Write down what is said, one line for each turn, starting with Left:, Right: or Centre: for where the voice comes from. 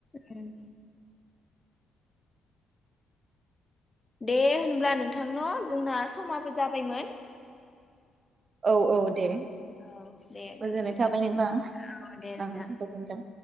Left: उम। दे होनब्ला नोंथां न' जोंना समाबो जाबायमोन।
Right: औ औ दे।
Left: औ दे
Right: गोजोन्नाय
Left: गोजोन्थों
Right: थाबाय नोंथां।
Left: औ दे नोंथां।
Right: ओ गोजोन्थों।